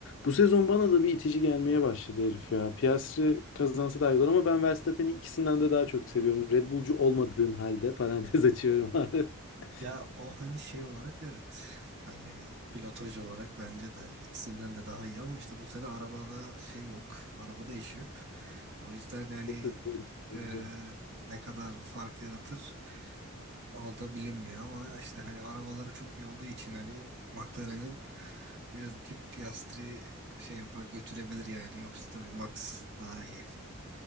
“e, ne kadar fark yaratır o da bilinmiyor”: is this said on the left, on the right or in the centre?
Right